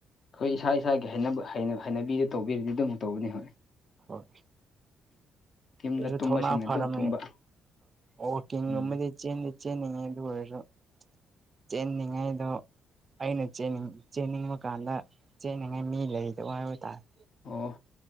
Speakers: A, on the left (about 50°); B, on the right (about 35°).
A: ꯑꯩꯈꯣꯏ ꯏꯁꯥ ꯏꯁꯥꯒꯤ ꯍꯩꯅꯕꯤꯗꯨ ꯇꯧꯕꯤꯔꯗꯤ ꯑꯗꯨꯝ ꯇꯧꯕꯅꯤ ꯍꯣꯏ
B: ꯍꯣꯏ
A: ꯌꯨꯝꯗ
B: ꯑꯩꯁꯨ
A: ꯇꯨꯝꯕꯁꯤꯡꯅ
B: ꯊꯧꯅꯥ ꯐꯔꯝ
A: ꯑꯗꯨꯝ ꯇꯨꯝꯕ
B: ꯍꯣꯏꯀꯤꯡꯒꯨꯝꯗꯤ
A: ꯎꯝ
B: ꯆꯦꯟꯗꯤ ꯆꯦꯟꯜꯂꯤꯉꯥꯏꯗ ꯑꯣꯏꯔꯣ ꯆꯦꯟꯅꯤꯉꯥꯏꯗꯣ ꯑꯩꯅꯅꯤꯡ ꯆꯦꯟꯅꯤꯡꯕ ꯀꯥꯟꯗ ꯆꯦꯅꯤꯡꯉꯥꯏ ꯃꯤ ꯂꯩꯗꯕ ꯍꯥꯏꯕ ꯇꯥꯔꯦ
A: ꯑꯣ